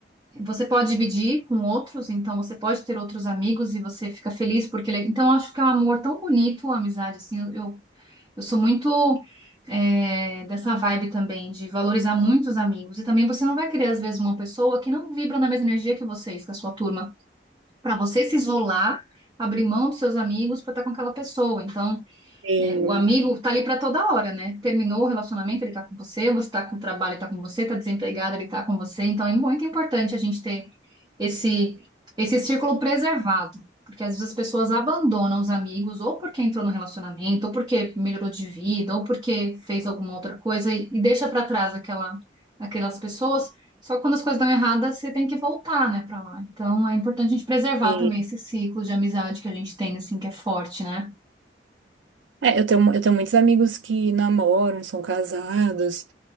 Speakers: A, on the right; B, on the right.
A: Você pode dividir com outros, então você pode ter outros amigos e você fica feliz porque ele... é, Então, eu acho que é um amor tão bonito, a amizade, assim, eu, eu eu sou muito é, dessa vibe também de valorizar muito os amigos. E também você não vai querer, às vezes, uma pessoa que não vibra na mesma energia que vocês, que é a sua turma, para você se isolar, abrir mão dos seus amigos para estar com aquela pessoa. Então,
B: sim,
A: é, o amigo tá ali para toda hora, né? Terminou o relacionamento, ele tá com você, você tá com o trabalho, ele tá com você, tá desempregado, ele tá com você. Então é muito importante a gente ter esse esse círculo preservado, porque às vezes as pessoas abandonam os amigos ou porque entrou no relacionamento, ou porque melhorou de vida, ou porque fez alguma outra coisa e, e deixa para trás aquela aquelas pessoas. Só que quando as coisas dão erradas, você tem que voltar, né, para lá. Então é importante a gente preservar
B: sim.
A: também esse ciclo de amizade que a gente tem, assim, que é forte, né?
B: É, eu tenho, eu tenho muitos amigos que namoram, são casados,